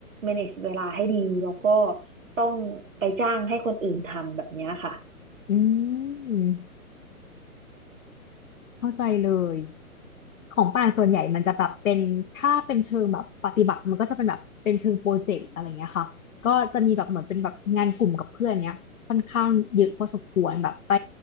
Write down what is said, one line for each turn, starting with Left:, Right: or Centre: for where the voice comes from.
Right: manage เวลาให้ดีแล้วก็ต้องไปจ้างให้คนอื่นทำแบบเนี้ยค่ะ
Left: อืมเข้าใจเลย ของป่านส่วนใหญ่มันจะแบบเป็นถ้าเป็นเชิงแบบปฏิบัติมันก็จะเป็นแบบเป็นเชิงโปรเจกต์อะไรเงี้ยค่ะก็จะมีแบบเหมือนเป็นแบบงานกลุ่มกับเพื่อนเนี้ยค่อนข้างเยอะพอสมควรแบบไป